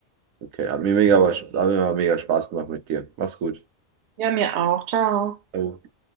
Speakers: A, on the right (about 80°); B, on the right (about 60°).
A: Okay, hat mir mega, hat mir mega Spaß gemacht mit dir. Mach's gut.
B: Ja, mir auch. Ciao.
A: Ciao.